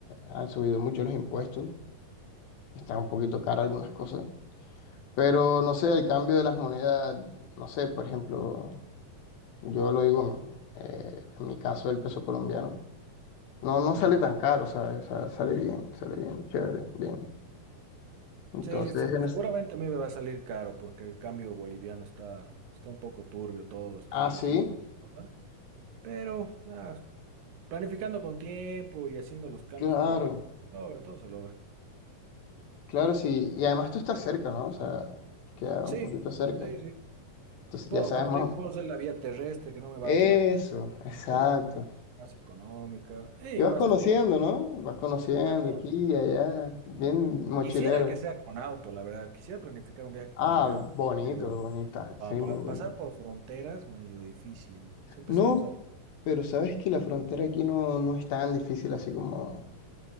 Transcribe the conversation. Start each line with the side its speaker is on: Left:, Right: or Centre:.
Left: han subido mucho los impuestos, está un poquito caro algunas cosas. Pero no sé, el cambio de las monedas, no sé, por ejemplo. Yo lo digo, eh, en mi caso, el peso colombiano. No, no sale
Right: Ujú.
Left: tan caro, ¿sabes? O sea, sale bien, sale bien, chévere, bien. Entonces,
Right: Sí, se-
Left: en
Right: seguramente
Left: es-
Right: a mí me va a salir caro porque el cambio boliviano está, está un poco turbio todo, está
Left: ah, sí,
Right: difícil. Ajá. Pero nada, planificando con tiempo y haciendo los cambios
Left: claro,
Right: correctos, ahora todo se logra.
Left: claro, sí. Y además tú estás cerca, ¿no? O sea, queda
Right: Sí,
Left: un poquito cerca.
Right: sí, sí.
Left: Entonces
Right: Puedo,
Left: ya sabes
Right: como
Left: más.
Right: te digo, puedo hacer la vía terrestre que no me va
Left: Eso,
Right: a tomar tanto,
Left: exacto.
Right: más económica y
Left: Y vas
Right: más
Left: conociendo, ¿no? Vas conociendo
Right: turística.
Left: aquí y allá, bien mochilero.
Right: Quisiera que sea con auto, la verdad. Quisiera planificar un viaje con
Left: Ah,
Right: mi auto,
Left: bonito,
Right: pero
Left: bonita,
Right: pa-
Left: sí,
Right: para
Left: muy bonito.
Right: pasar por fronteras, medio difícil. Siempre
Left: No,
Right: se nos saca.
Left: pero sabes que la frontera aquí no, no es tan difícil así como,